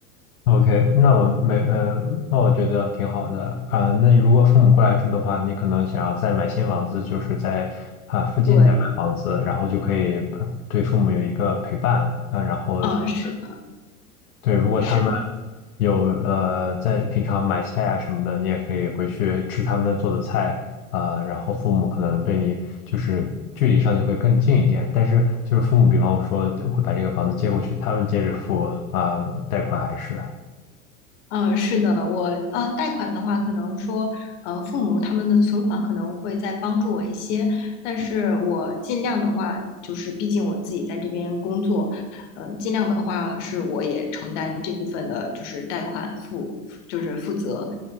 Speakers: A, on the left (about 65°); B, on the left (about 50°).
A: OK，那我没，呃，那我觉得挺好的啊、那你如果父母过来住的话，你可能想要再买新房子，就是在啊、附近再买房子，
B: 对，
A: 然后就可以呃对父母有一个陪伴啊、然后就是
B: 嗯，是的
A: 对，如果他们
B: 是。
A: 有呃在平常买菜啊什么的，你也可以回去吃他们做的菜啊、然后父母可能对你就是距离上就会更近一点，但是就是父母，比方说会把这个房子接过去，他们接着付啊、贷款还是。
B: 嗯，是的，我呃，贷款的话，可能说，呃，父母他们的存款可能会再帮助我一些，但是我尽量的话，就是毕竟我自己在这边工作，呃，尽量的话是我也承担这部分的，就是贷款负，就是负责，